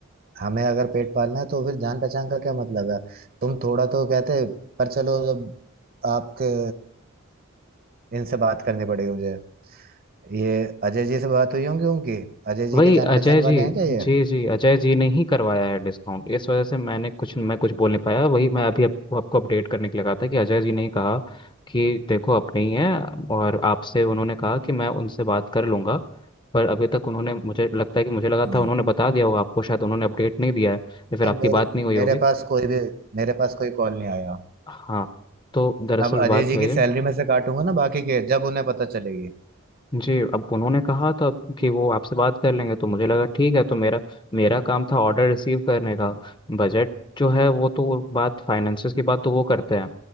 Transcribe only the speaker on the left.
वही
अजय
जी
जी जी अजय जी ने ही करवाया है डिस्काउंट इस वजह से मैंने कुछ मैं कुछ बोल नहीं पाया वही मैं अभी आपको आपको अपडेट करने के लिए कहा था कि अजय जी ने ही कहा कि देखो अपने ही है और आपसे उन्होंने कहा कि मैं उनसे बात कर लूंगा पर अभी तक उन्होंने मुझे लगता है कि मुझे लगा
था उन्होंने बता दिया होगा आपको शायद उन्होंने अपडेट नहीं दिया है या फिर
आपकी
बात नहीं हुई होगी
हाँ तो दरअसल
बात
वही
है
जी अब उन्होंने कहा था कि वो आपसे बात कर लेंगे तो मुझे लगा ठीक है तो मेरा मेरा काम था ऑर्डर रिसीव करने का बजट जो है वो तो बात फाइनेंसिस की बात तो वो करते हैं